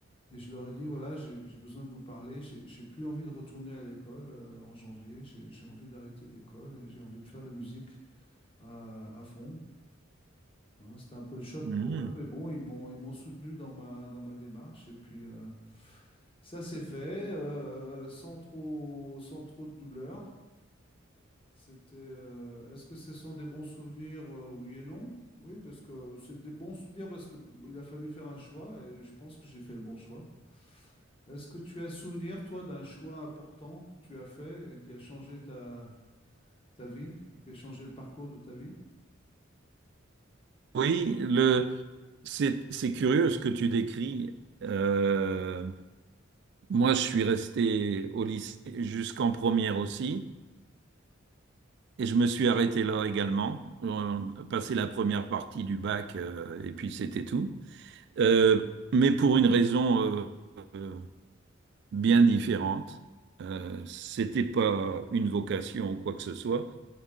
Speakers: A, on the left (about 30°); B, on the right (about 60°).
A: Et je leur ai dit, voilà, j'ai j'ai besoin de vous parler. J'ai j'ai plus envie de retourner à l'école euh, en janvier. J'ai j'ai envie d'arrêter l'école et j'ai envie de faire la musique à à fond. Alors, là, c'était un peu le choc
B: Mhm.
A: pour eux, mais bon, ils m'ont ils m'ont soutenu dans ma dans ma démarche et puis euh, ça s'est fait euh, sans trop sans trop de douleur. C'était euh, est-ce que ce sont des bons souvenirs euh, oui et non? Oui, parce que c'est des bons souvenirs parce que bon, il a fallu faire un choix et je pense que j'ai fait le bon choix. Est-ce que tu as souvenir toi d'un choix important que tu as fait et qui a changé ta ta vie, qui a changé le parcours de ta vie?
B: Oui, le, c'est, c'est curieux ce que tu décris. Euh, moi, je suis resté au lycée jusqu'en première aussi, et je me suis arrêté là également. On a passé la première partie du bac, euh, et puis c'était tout. Euh, mais pour une raison euh, euh, bien différente, euh, c'était pas une vocation ou quoi que ce soit.